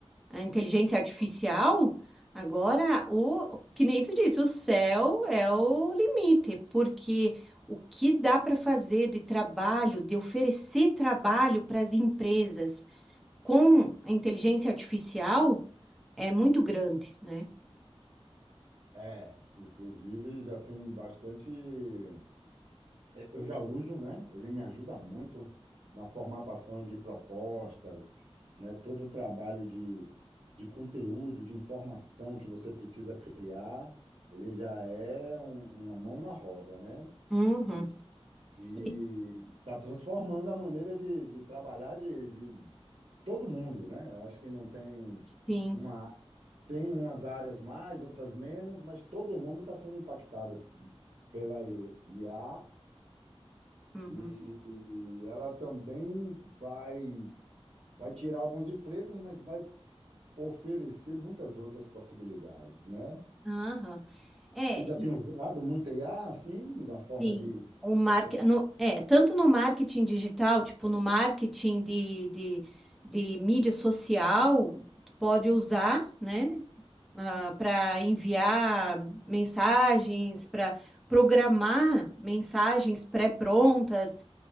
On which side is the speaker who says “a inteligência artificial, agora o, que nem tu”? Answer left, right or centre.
Centre